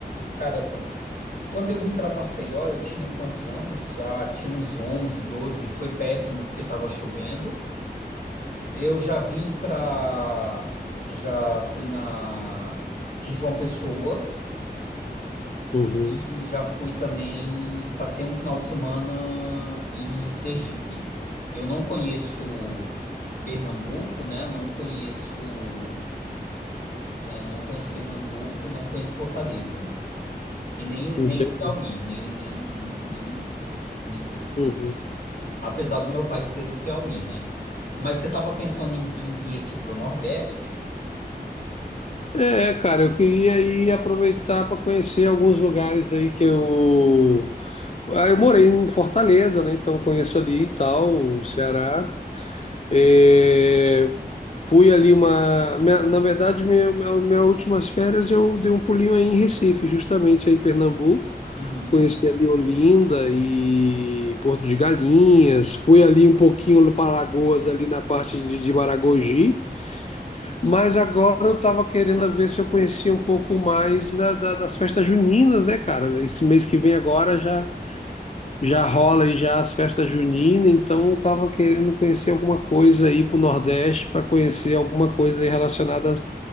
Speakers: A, on the left (about 65°); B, on the left (about 40°).
A: Cara, Quando eu vim para Maceió, eu tinha quantos anos? Ah, tinha uns 11, 12. Foi péssimo porque estava chovendo. Eu já vim para. Já fui na. Em João Pessoa
B: Uhum.
A: e já fui também. Passei um final de semana em Sergipe. Eu não conheço Pernambuco, né? Não conheço. eh, não conheço Pernambuco e não conheço Fortaleza. E nem, o-
B: Entendi.
A: nem o Piauí, nem, nem, nenhum desses, nenhum desses
B: Uhum.
A: três. Apesar do meu pai ser do Piauí, né? Mas você estava pensando em, em vir aqui para o Nordeste?
B: É, cara, eu queria aí aproveitar para conhecer alguns lugares aí que eu. Ah, Eu morei em Fortaleza, né? Então conheço ali e tal, o Ceará. É, Fui ali uma. minha- na verdade, minha, minha, minhas últimas férias eu dei um pulinho aí em Recife, justamente aí em Pernambuco.
A: Uhum.
B: Conheci ali Olinda e Porto de Galinhas. Fui ali um pouquinho para Alagoas, ali na parte de, de Maragogi. Mas agora eu estava querendo ver se eu conhecia um pouco mais da- da- das festas juninas, né, cara? Esse mês que vem agora já já rola aí já as festas juninas, então eu tava querendo conhecer alguma coisa aí pro Nordeste para conhecer alguma coisa aí relacionada às,